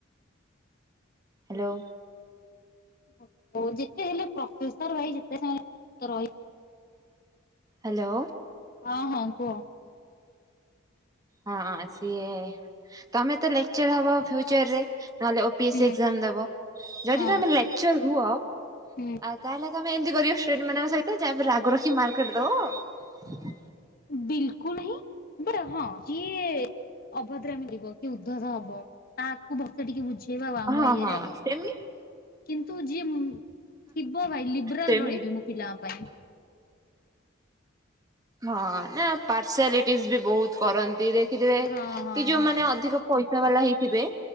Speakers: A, on the right; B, on the left.
A: ହାଲୋ।
B: ଆ ହଉ ଯେତେ ହେଲେ ପ୍ରଫେସର ଭାଇ ଯେତେ <unintelligible> ସେତେ ଭଲ।
A: ହାଲୋ।
B: ହଁ ହଁ କୁହ।
A: ହଁ ସିଏ ତମେ ତ ଲେକ୍ଚର ହବ ଫ୍ୟୁଚର ରେ। ନହେଲେ ଓ ପି ଏସ୍
B: ହୁଁ
A: ଏକଜାମ ଦେବ ଯଦି
B: ହଁ
A: ତମେ ଲେକ୍ଚର ହୁଅ
B: ହୁଁ
A: ଆଉ ତାହେଲେ ତମେ ଏମିତି କରିବ ସ୍ଟୁଡେଣ୍ଟ ମାନଙ୍କ ସହିତ ଯାହା ଉପରେ ରାଗ ରଖି ମାରକ୍ କାଟିଦବ।
B: ବିଲକୁଲ ହିଁ ବା ହଁ ଯିଏ ଅଭଦ୍ରାମି ଯିବ କି ଉଦ୍ଧତ ହବ ତାକୁ ବସ ଟିକେ ବୁଝ ସିଏ ପା ଆମ
A: ହଁ
B: ଇଏରେ
A: ହଁ ସେମି
B: କିନ୍ତ ନ୍ତୁ ଯିଏ ଥିବ ଭାଇ ଲିବରାଲ
A: ସେମି
B: ରହିବି ମୋ ପିଲାଙ୍କ ପାଇଁ।
A: ହଁ ନା ପାର୍ସିଆଲିଟିସ ବି ବହୁତ କରନ୍ତି ଦେଖ ଖିଥିବେ
B: ହଁ ହଁ
A: କି ଯୋଉମାନେ
B: ହଁ
A: ଅଧିକ ପଇସା ବାଲା ହେଇଥିବେ